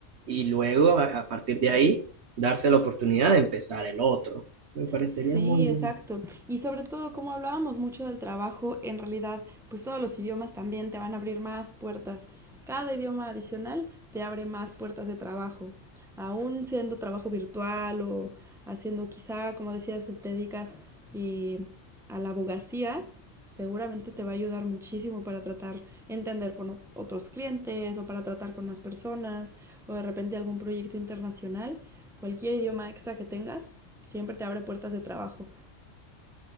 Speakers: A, on the right (about 60°); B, in the centre.
A: y luego a, a partir de ahí darse la oportunidad de empezar el otro. Me parecería
B: Sí,
A: muy bueno.
B: exacto. Y sobre todo, como hablábamos mucho del trabajo, en realidad, pues todos los idiomas también te van a abrir más puertas. Cada idioma adicional te abre más puertas de trabajo. Aún siendo trabajo virtual o haciendo quizá, como decías, te dedicas eh, a la abogacía, seguramente te va a ayudar muchísimo para tratar, entender con o- otros clientes o para tratar con más personas o de repente algún proyecto internacional. Cualquier idioma extra que tengas siempre te abre puertas de trabajo.